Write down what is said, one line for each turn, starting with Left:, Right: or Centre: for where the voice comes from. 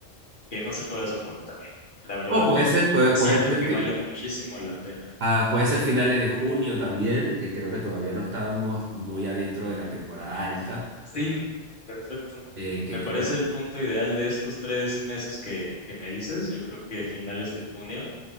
Left: que no se pueda soportar. La verdad,
Right: O puede ser, puede,
Left: siento
Right: puede ser,
Left: que
Right: fi-
Left: vale muchísimo la pena.
Right: ah, puede ser finales de junio también, que creo que todavía no estábamos muy adentro de la temporada alta,
Left: Sí, perfecto.
Right: eh, que
Left: Me parece
Right: creo
Left: el punto ideal de estos tres meses que, que me dices. Yo creo que finales de junio